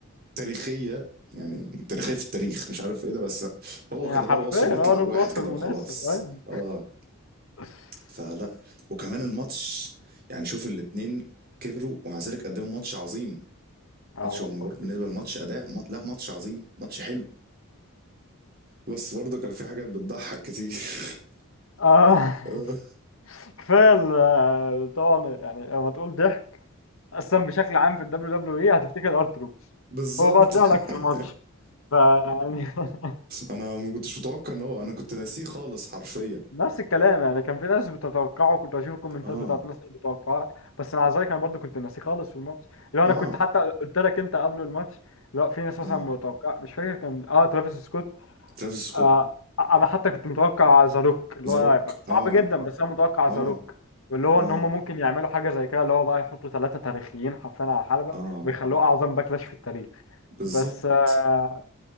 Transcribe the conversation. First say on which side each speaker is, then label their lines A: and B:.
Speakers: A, on the right (about 45°); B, on the left (about 65°).
A: تاريخيه يعني تاريخيه في التاريخ مش عارف ايه ده بس هو
B: يعني
A: كده
B: حرفيا
A: هو الوصف بيطلع
B: هو
A: من
B: ده
A: الواحد
B: الوصف
A: كده
B: المناسب
A: وخلاص
B: أيوة.
A: اه
B: <laughs>
A: فلا وكمان الماتش يعني شوف الاتنين كبروا ومع ذلك قدموا ماتش عظيم
B: اه
A: ماتش
B: والله
A: هو مجرد بالنسبه للماتش اداء ما... لا ماتش عظيم ماتش حلو بس برضه كان في حاجات بتضحك كتير <laughs>
B: آه.
A: <applause> آه،
B: <laughs> كفايه ال- آه، طبعا يعني لما تقول ضحك اصلا بشكل عام في الدبليو دبليو اي هتفتكر ارتروس
A: بالظبط
B: هو بقى طلع
A: <applause>
B: لك في الماتش فيعني <laughs>
A: انا ما كنتش متوقع ان هو انا كنت ناسيه خالص حرفيا
B: نفس الكلام يعني كان في ناس بتتوقعه كنت اشوف الكومنتات
A: آه
B: بتاعت الناس اللي بتتوقعه بس مع ذلك انا برضو كنت ناسيه خالص في الماتش لو انا
A: آه
B: كنت حتى قلت لك انت قبل الماتش لا في ناس
A: آه
B: مثلا متوقع مش فاكر كان اه ترافيس سكوت
A: ترافيس سكوت
B: آه انا حتى كنت متوقع ذا روك اللي
A: ذا
B: هو
A: روك
B: هيبقى
A: آه
B: صعب جدا بس انا متوقع
A: آه
B: ذا روك واللي هو
A: آه
B: ان هم ممكن يعملوا حاجه زي كده اللي هو بقى يحطوا ثلاثه تاريخيين حرفيا على حلبه
A: آه
B: ويخلوه اعظم باكلاش في التاريخ
A: بالظبط
B: بس آه،